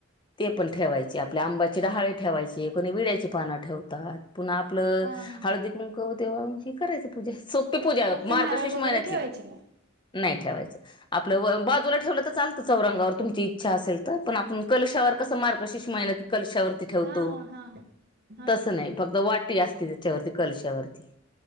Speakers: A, on the left; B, on the right.
A: ते पण ठेवायचे आपल्या आंबाची डहाळे ठेवायचे कोणी विड्याची पानं ठेवतात. पुन्हा आपलं
B: हा हा
A: हळदी कुंक तेव्हा हेि करायचं पूजा सोपी पूजा
B: फक्त
A: मार्गशीर्ष
B: नारळ वगैरे
A: महिन्यातली
B: ठेवायचे नाही.
A: नाही ठेवायचं आपलं बाजूला ठेवलं तर चालतं चौरंगावर तुमची इच्छा असेल तर पण आपण कलशावर कस मार्गशीर्श माहिन्यात कलशावरती ठेवतो
B: हा हा हा हा
A: तस नाही फक्त वाटी वाटी असते त्याच्यावरती कलशावरती